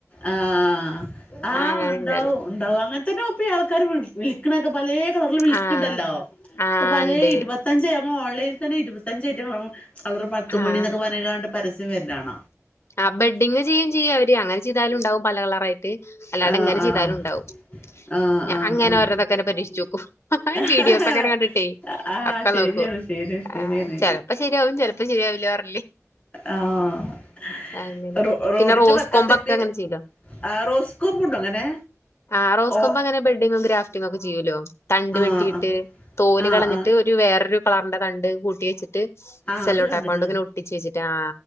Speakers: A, on the left (about 25°); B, on the left (about 55°).
A: ആഹ ആഹ
B: ആ അങ്ങനെ
A: ഉണ്ടാവും
B: ചെയ്താല്
A: ഉണ്ടാവും അങ്ങനെത്തന്നെ പ്പി ആൾക്കാര് വിളിക്കണൊക്കെ പലേ <unintelligible> വിളിക്കണ്ടല്ലോ
B: ആഹ് ആഹ്
A: ഇപ്പൊ പലേ
B: ഇണ്ട്
A: ഇരുവത്തഞ്ച് ഓൺലൈനിൽ തന്നെ ഇരുപത്തഞ്ചായിറ്റം കള കളർ പത്തുമണിന്നൊക്കെ
B: ആഹ്
A: പറഞ്ഞാണ്ട് പരസ്യം വെർണാണ.
B: ആ ബെഡിങ് ചെയ്യും ചെയ്യാ അവര് അങ്ങനെ ചെയ്താലും ഉണ്ടാവും. പല കളറായിട്ട് അല്ലാണ്ട്
A: ആഹ്
B: എങ്ങനെ
A: ആഹ്
B: ചീ യ്താലും
A: ആഹ്
B: ഉണ്ടാവും.
A: ആഹ്
B: ഞാൻ
A: ആഹ്
B: അങ്ങനെ ഓരോന്നൊക്കെ പരീക്ഷിച്ച് നോക്കും
A: ആഹ്
B: വീഡിയോസൊക്കെങ്ങനെ കണ്ടിട്ടേയ്
A: ആഹ്
B: ഒ ക്കെ
A: ശരിയാണ്
B: നോക്കും.
A: ശരിയ
B: ആ
A: ശരിയാണ്
B: ചെലപ്പോ ശരിയാവും ചെലപ്പോ ശരിയാവില്ല വർ
A: ആ ഹ്
B: അങ്ങനെ
A: റോ റോഡിന്റെ
B: പിന്നെ റോസ്
A: ബക്കത്തൊക്കെ
B: കൊമ്പൊക്കെ അങ്ങനെ ചെയ്യല്ലോ.
A: ആ റോസ്കോമ്പ് ഉണ്ടോ അങ്ങനെ?
B: ആ റോസ്
A: ഓ
B: കൊമ്പ് അങ്ങനെ ബെഡിങ്ങും ഗ്രാഫ് ന്നൊക്കെ ചെയ്യല്ലോ തണ്ട്
A: ആഹ്
B: വെട്ടിയിട്ട്
A: ആഹ്
B: തോല്
A: ആഹ്
B: കളഞ്ഞിട്ട്
A: ആഹ്
B: ഒരു വേറൊരു കളറിന്റെ തണ്ട് കൂട്ടി വെച്ചിട്ട്
A: ആഹ്
B: സെല്ലോട്ടേപ്പോണ്ട്
A: അത് കണ്ട്ക്ക്ണ്
B: ഇങ്ങനെ ഒട്ടിച്ച് വെച്ചിട്ട് ആ